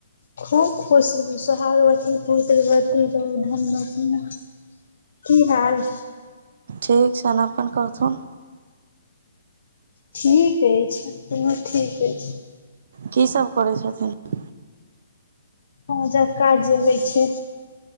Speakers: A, on the left; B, on the right.
A: खूब खुश रहु सोहाग्वती पितृवती रहू धनवती रहु की हाल
B: ठीक छै ने अपन कहथून
A: ठीक अछि अपनो ठीक अछि
B: की सभ करै छथिन
A: बुझए काज होइ छै